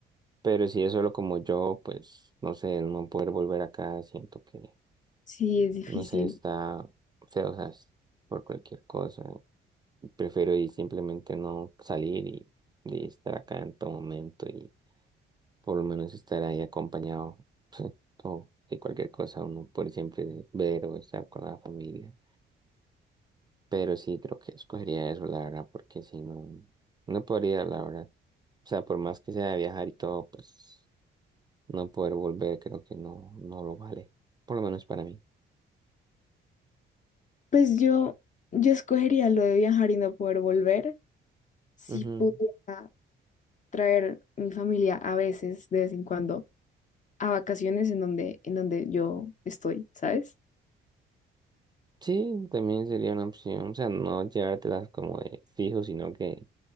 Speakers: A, on the right; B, on the left.
A: Pero si es solo como yo, pues no sé, el no poder volver acá, siento que,
B: Sí, es difícil.
A: no sé, está feo, ¿sabes? Por cualquier cosa. Prefiero ir simplemente no salir y, y estar acá en todo momento y por lo menos estar ahí acompañado o de cualquier cosa uno puede siempre ver o estar con la familia. Pero sí, creo que escogería eso, la verdad, porque si no, no podría, la verdad. O sea, por más que sea viajar y todo, pues no poder volver creo que no, no lo vale, por lo menos para mí.
B: Pues yo, yo escogería lo de viajar y no poder volver si
A: Ujú.
B: pudiera traer mi familia a veces, de vez en cuando, a vacaciones en donde, en donde yo estoy, ¿sabes?
A: Sí, también sería una opción, o sea, no llevártelas como de fijo, sino que